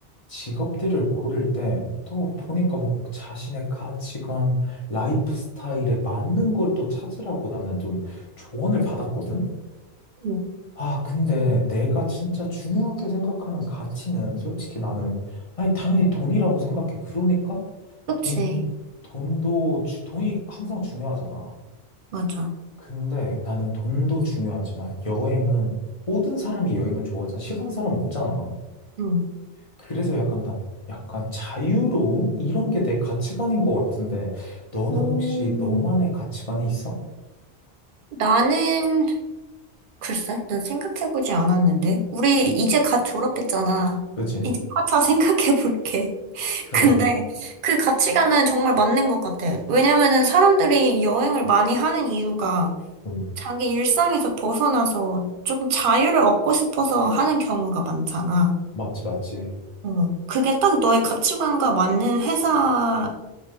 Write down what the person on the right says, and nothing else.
응.
그치.
맞아.
응.
음,
나는 글쎄, 난 생각해보지 않았는데. 우리 이제 갓 졸업했잖아.
이제 차차 생각해볼게.
근데 그 가치관은 정말 맞는 것 같아. 왜냐면은 사람들이 여행을 많이 하는 이유가
자기 일상에서 벗어나서 조금 자유를 얻고 싶어서 하는 경우가 많잖아.
어, 그게 딱 너의 가치관과 맞는 회사의